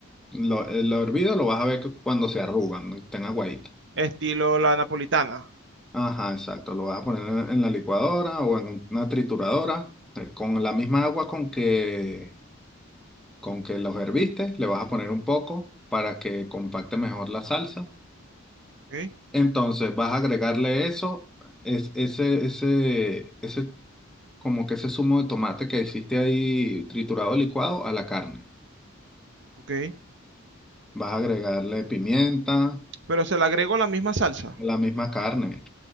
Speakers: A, in the centre; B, on the right.
A: Lo, eh, lo hervido lo vas a ver cu- cuando se arrugan, ¿no? estén aguaditos.
B: Estilo la napolitana.
A: Ajá, exacto. Lo vas a poner en, en la licuadora o en una trituradora. eh, Con la misma agua con que, con que los herviste, le vas a poner un poco para que compacte mejor la salsa.
B: Ok,
A: Entonces vas a agregarle eso, es, ese, ese, ese, como que ese zumo de tomate que hiciste ahí triturado, licuado, a la carne.
B: ok.
A: Vas a agregarle pimienta,
B: Pero se le agregó la misma salsa.
A: La misma carne